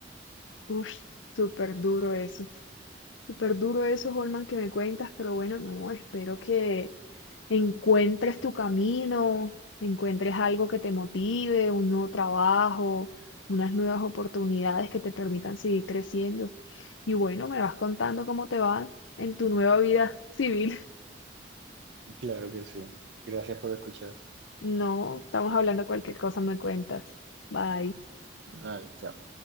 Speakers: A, on the left (about 85°); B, on the right (about 75°).
A: Uf, súper duro eso, súper duro eso, Holman, que me cuentas, pero bueno, no, espero que encuentres tu camino, encuentres algo que te motive, un nuevo trabajo, unas nuevas oportunidades que te permitan seguir creciendo. Y bueno, me vas contando cómo te va en tu nueva vida civil. <laughs>
B: Claro que sí. Gracias por escuchar.
A: No, estamos hablando cualquier cosa, me cuentas. Bye.
B: Dale, chao.